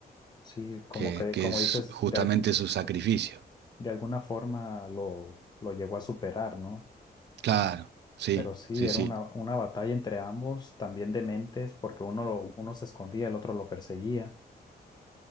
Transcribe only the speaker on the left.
Sí, como
que,
como
dices,
de, al-
de alguna forma lo, lo llegó a superar, ¿no?
Pero sí,
era
una, una batalla entre ambos, también de mentes, porque uno, lo- uno se escondía, el otro lo perseguía.